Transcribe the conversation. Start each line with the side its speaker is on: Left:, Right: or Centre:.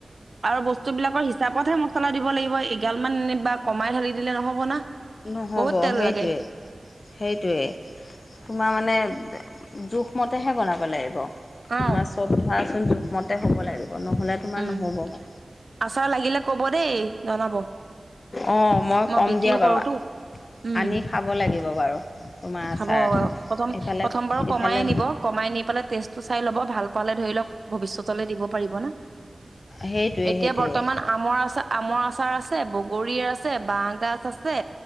Right: আৰু বস্তুবিলাকৰ হিচাপতহে মোক মছলা দিব লাগিব, এগাল মান এনে বা কমাই ধালি দিলে নহ'ব না।
Left: নহ'ব
Right: বহুত তেল
Left: সেইটোৱে।
Right: লাগে
Left: সেইটোৱেই, তোমাৰ মানে জোখমতেহে বনাব লাগিব।
Right: অ
Left: তোমাৰ চব ধৰাচোন জোখমতে হ'ব লাগিব। নহলে তোমাৰ
Right: উম
Left: নহব।
Right: আচাৰ লাগিলে কব দেই, জনাব।
Left: অ'
Right: মই
Left: কম
Right: বিক্ৰীও
Left: দিয়া বাৰু
Right: কৰোতো। উম
Left: আনি খাব লাগিব বাৰু তোমাৰ আচাৰ।
Right: খাব, প্ৰথম
Left: এইফালে
Right: প্ৰথম বাৰো
Left: এইফালে
Right: কমাই নিব। কমাই নি পেলাই টেষ্টটো চাই ল'ব। ভাল পালে ধৰি লওক ভৱিষ্যতলে দিব পাৰিব না।
Left: সেইটোৱে
Right: এতিয়া
Left: সেইটোৱে
Right: বৰ্তমান আমৰ আচাৰ আমৰ আচাৰ আছে, বগৰীৰ আছ আছে, বাঁহ গাজ আছে,